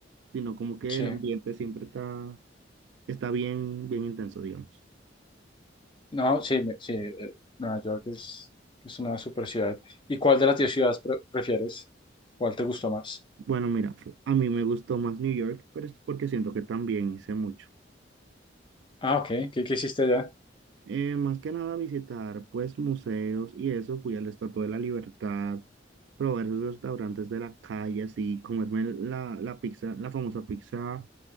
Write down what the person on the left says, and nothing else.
Sí.
No, sí, me- sí, eh, Nueva York es, es una super ciudad. ¿Y cuál de las 10 ciudades pre- prefieres? ¿Cuál te gustó más?
Ah, ok. ¿Qué, qué hiciste allá?